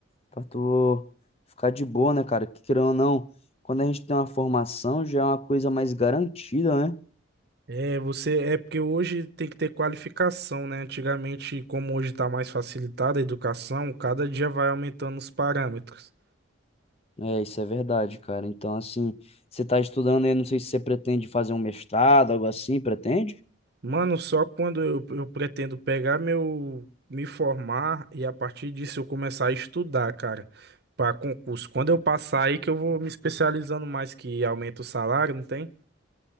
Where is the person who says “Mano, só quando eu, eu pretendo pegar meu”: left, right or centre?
Right